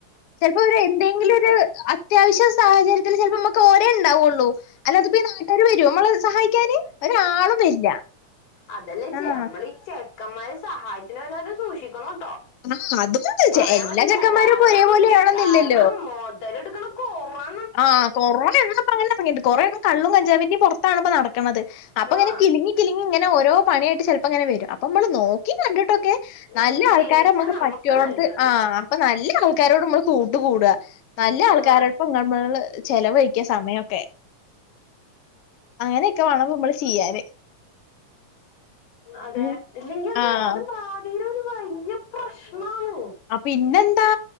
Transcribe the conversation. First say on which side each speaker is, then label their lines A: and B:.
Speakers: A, on the left (about 65°); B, on the left (about 85°).
A: ചിലപ്പോ അവരെന്തെങ്കിലും
B: ക്ക
A: ത്യാവശ്യ സാഹചര്യത്തിൽ ചിലപ്പോ നമുക്ക് ഒരേ ഉണ്ടാവുള്ളൂ അല്ലാതിപ്പോ ഈ നട്ടാര് വരോ നമ്മളെ സഹായിക്കാന് ഒരാളും വരില്ല
B: അതല്ലേച്ചിയെ
A: ആഹ്
B: നമ്മളി ച്ചെ ക്കന്മാര് സഹായത്തിന് വെരുന്നോരെ സൂക്ഷിക്കണോ ട്ടൊ
A: ആഹ് അതുണ്ട്
B: പറയാൻ
A: എല്ലാ
B: പറ്റില്ല
A: ചെക്കന്മാരും
B: കാരണം
A: ഇപ്പൊ ഒരേപോലെ ആവണന്നില്ലല്ലോ
B: കാരണം മോതലെടുക്കണ കൊറേ
A: ആ കൊറേ <unintelligible> കൊറേണ്ണം കള്ളും കഞ്ചാവിന്റെയും പുറത്താണിപ്പ നട ക്കണത് അപ്പൊങ്ങനെ
B: ആഹ്
A: കിലുങ്ങി കിലുങ്ങി ഇങ്ങനെ ഓരോ പണിയായിട്ട് ചെലപ്പങ്ങനെ വരും അപ്പ മ്മള് നോക്കി കണ്ടും ട്ടൊക്കെ
B: ഉം
A: നല്ല ആൾക്കാരെ
B: ജീവിച്ചാ
A: നമ്മക്ക് പറ്റിയോടത്ത്
B: നല്ലത്
A: ആ അപ്പൊ നല്ല ആൾ ക്കാരോട് നമ്മള് കൂട്ട് കൂടുക നല്ല ആൾക്കാരോടൊപ്പം
B: ആഹ്
A: അങ്ങോ നമ്മള് ചെിലവഴിക്കാ സമയൊക്കെ അങ്ങനെയൊക്കെ വേണം നമ്മള് ചെയ്യാന്
B: അതെ
A: ഉം
B: ഇല്ലെങ്കിൽ അത്
A: ആഹ്
B: അതും ഭാവിയിലും വലിയ പ്രശ്നമാണ്
A: അപ്പൊ ഇന്ന ന്താ